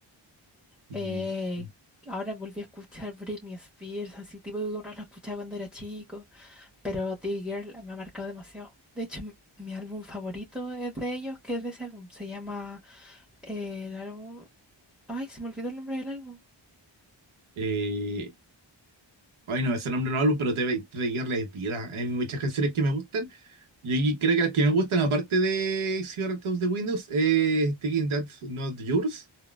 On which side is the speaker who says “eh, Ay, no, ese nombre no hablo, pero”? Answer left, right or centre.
Right